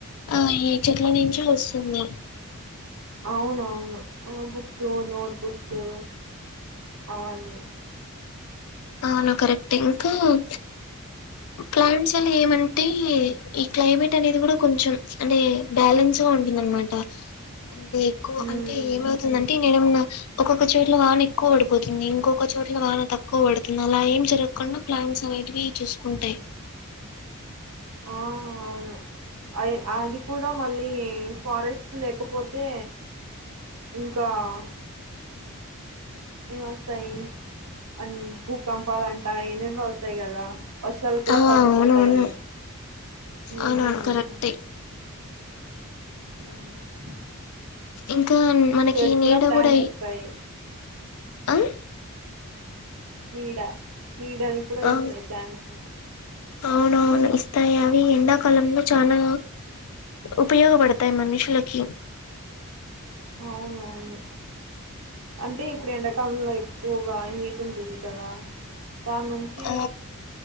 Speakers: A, on the left; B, on the right.
A: ఆ ఈ చెట్ల నించే ఓస్తుంద
B: ఔనవ్ ను అ books notebooks అవన్ని
A: ఔను కరెక్టె ఇంకా హం ప్లాంట్స్ లే ఏమంటే ఈ క్లాయి మేట్ అనేద్ గూడ కొంచమ్ చ్ అంటే బ్యాలెన్ సో ఉంటిన్ దిన్ మాట అంటే ఎక్కువ
B: హ్మ్
A: అంటే ఏమత్ సుందంటే నేనే ఉన్నా ఒకొక చోట్ల వాన ఎక్కు బడిపోతుంది ఇంకొక చోట్ల వాన తక్కు పడుద్ నాల ఏం జరగ్ కుండా ప్లాంట్స్ అనేటివి చూస్ కుంటయి
B: ఆ అవును అయి అది కూడా మళ్ళీ ఫారెస్ట్ లేకపోతే ఇంకా ఆ ఇవ్ వస్తయి అండ్ భూపంపాలంట ఏమేమో వస్తయి గదా వర్ శాలు కూడ
A: ఆ
B: తగ్గిపోతాయి
A: అవునవును
B: హుమ్
A: అవునవును కరెక్టే
B: హుమ్
A: ఇంకా మనకి
B: చేడూ కుడ
A: నీడ
B: ప్లాంట్స్
A: కూడా ఇ-
B: ఇస్తాయి
A: ఆ
B: నీడ నీడని కూడా
A: ఆ
B: ఇస్తాయి ప్లాంట్స్
A: అవునవును ఇస్తాయి అవి ఎండాకాలంలో చానా ఉపయోగపడతాయి మనుషులకి
B: అవును అవును అంటే ఇపుడు ఎండాకాలంలో ఎక్కుగా ఎమ్ హీట్ టుంటుంది కదా దాన్ నుంచి
A: ఆ